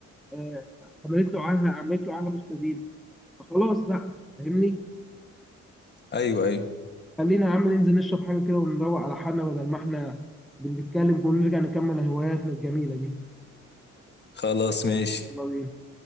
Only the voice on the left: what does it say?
ايوه ايوه
خلاص ماشي